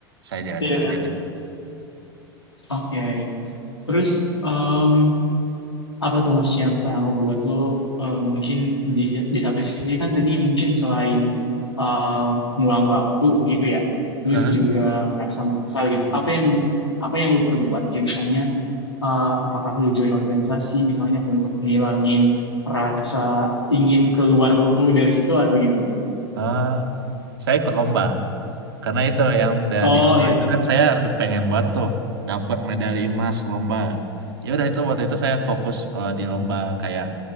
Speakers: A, on the right; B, on the left.
A: saya jalanin
B: Iya, iya.
A: aja gitu.
B: Oke. Terus em, apa tuh Mas yang Kak Angga buat tuh eh, mungkin di, di satu sisi kan tadi mungkin selain eh, ngulang waktu gitu ya, lu
A: Heeh.
B: juga merasa menyesal gitu. Apa yang apa yang lu perbuat kayak misalnya eh, apakah lu join organisasi misalnya untuk ngilangin rasa ingin keluar lu dari situ atau gimana?
A: Eh, saya ikut lomba karena itu yang da-
B: Oh
A: di awal
B: iya.
A: itu kan saya udah pengen buat tuh dapat medali emas lomba. Ya udah itu waktu itu saya fokus eh, di lomba kayak